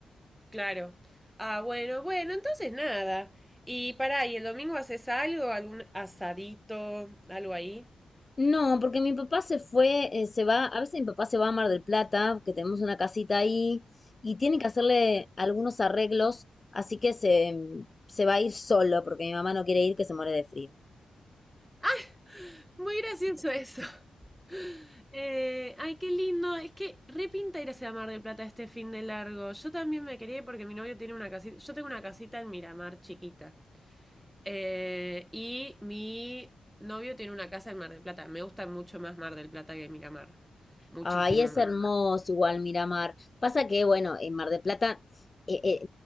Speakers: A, in the centre; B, on the left (about 20°).
A: Claro. Ah, bueno, bueno, entonces nada. Y pará, ¿y el domingo haces algo? ¿Algún asadito? ¿Algo ahí?
B: No, porque mi papá se fue, eh, se va, a veces mi papá se va a Mar del Plata, que tenemos una casita ahí, y tiene que hacerle algunos arreglos, así que se, se va a ir solo, porque mi mamá no quiere ir, que se muere de frío.
A: Ay, Muy gracioso eso. Eh, ay, qué lindo. Es que repinta irse a Mar del Plata este fin de largo. Yo también me quería ir porque mi novio tiene una casita. Yo tengo una casita en Miramar chiquita. Eh, y mi novio tiene una casa en Mar del Plata. Me gusta mucho más Mar del Plata que Miramar. Muchísimo
B: Ay, es
A: más.
B: hermoso igual Miramar. Pasa que, bueno, en Mar del Plata, eh, eh,